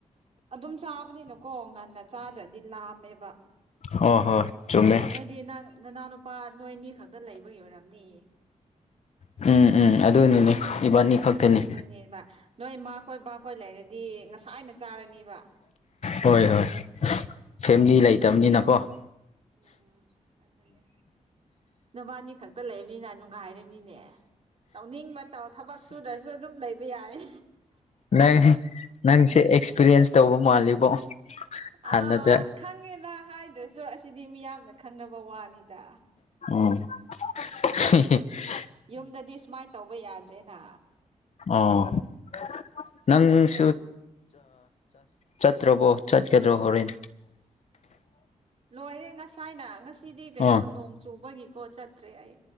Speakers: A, on the right; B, on the left.
A: ꯑꯗꯨꯝ ꯆꯥꯕꯅꯤꯅꯀꯣ ꯉꯟꯅ ꯆꯥꯗ꯭ꯔꯗꯤ ꯂꯥꯝꯃꯦꯕ
B: ꯍꯣ ꯍꯣ ꯆꯨꯃꯦ
A: ꯅꯣꯏꯗꯤ ꯅꯪ ꯅꯅꯥꯎ ꯅꯨꯄꯥ ꯅꯣꯏꯅꯤ ꯈꯛꯇ ꯂꯩꯕꯒꯤ ꯑꯣꯏꯔꯝꯅꯤ
B: ꯎꯝ ꯎꯝ ꯑꯗꯨꯅꯤꯅꯦ ꯏꯕꯥꯅꯤ ꯈꯛꯇꯅꯤ
A: ꯑ ꯑꯗꯨꯅꯦꯕ ꯅꯣꯏ ꯃꯥ ꯈꯣꯏ ꯕꯥꯈꯣꯏ ꯂꯩꯔꯗꯤ ꯉꯁꯥꯏꯅ ꯆꯥꯔꯅꯦꯕ
B: ꯍꯣꯏ ꯍꯣꯏ ꯐꯦꯃꯤꯂꯤ ꯂꯩꯇꯕꯅꯤꯅꯀꯣ
A: ꯎꯝ ꯑꯗꯨꯅꯦ ꯅꯕꯥꯅꯤ ꯈꯛꯇ ꯂꯩꯕꯅꯤꯅ ꯅꯨꯡ ꯒꯥꯏꯔꯅꯤꯅꯦ ꯇꯧꯅꯤꯡꯕ ꯇꯧ ꯊꯕꯛ ꯁꯨꯗ꯭ꯔꯁꯨ ꯑꯗꯨꯝ ꯂꯩꯕ ꯌꯥꯔꯦ
B: ꯅꯪ ꯅꯪꯁꯦ ꯑꯦꯛꯁꯄꯤꯔꯤꯌꯦꯟꯁ ꯇꯧꯕ ꯃꯥꯜꯂꯤꯕꯣ ꯍꯥꯟꯅꯗ
A: ꯑꯥ ꯈꯪꯉꯦꯗ ꯍꯥꯏꯗ꯭ꯔꯁꯨ ꯑꯁꯤꯗꯤ ꯃꯤꯌꯥꯝꯅ ꯈꯪꯅꯕ ꯋꯥꯅꯤꯗ
B: ꯑꫭ ꯍꯤ ꯍꯤ
A: ꯌꯨꯝꯗꯗꯤ ꯁꯨꯃꯥꯏꯅ ꯇꯧꯕ ꯌꯥꯗ꯭ꯔꯦꯅ
B: ꯑꫭ ꯅꯪꯁꯨ ꯆꯠꯇ꯭ꯔꯕꯣ ꯆꯠꯀꯗ꯭ꯔꯣ ꯍꯣꯔꯦꯟ
A: ꯂꯣꯏꯔꯦ ꯉꯁꯥꯏꯅ ꯉꯁꯤꯗꯤ ꯀꯩꯅꯣ
B: ꯑꯣ
A: ꯅꯣꯡ ꯆꯨꯕꯒꯤꯀꯣ ꯆꯠꯇ꯭ꯔꯦ ꯑꯩ